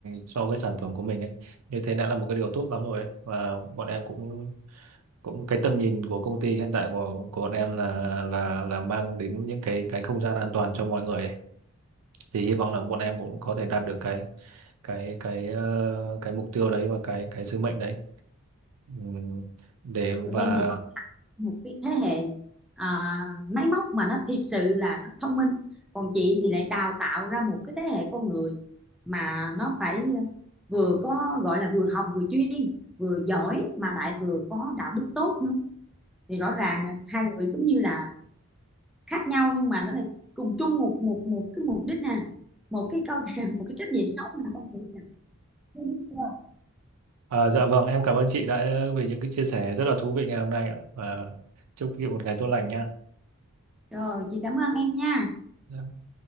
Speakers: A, on the right; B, in the centre.
A: so với sản phẩm của mình ấy như thế đã là một cái điều tốt lắm rồi ấy. và bọn em cũng cũng cái tầm nhìn của công ty hiện tại của của bọn em là là là mang đến những cái cái không gian an toàn cho mọi người ấy thì hy vọng là bọn em cũng có thể đạt được cái cái cái ờ, cái mục tiêu đấy và cái cái sứ mệnh đấy Ừm, để
B: tụi
A: và
B: em thì một cái thế hệ à, máy móc mà nó thiệt sự là nó thông minh còn chị thì lại đào tạo ra một cái thế hệ con người mà nó phải ờ, vừa có gọi là vừa học vừa chuyên vừa giỏi mà lại vừa có đạo đức tốt nữa thì rõ ràng là hai người cũng như là khác nhau nhưng mà nó lại cùng chung một một một cái mục đích nè một cái câu <laughs> một cái trách nhiệm sống là con người đúng
A: à, dạ
B: chưa
A: vâng em cảm ơn chị đã ờ, vì những cái chia sẻ rất là thú vị ngày hôm nay ạ và chúc chị một ngày tốt lành nha
B: Rồi, chị cảm ơn em nha.
A: Dạ.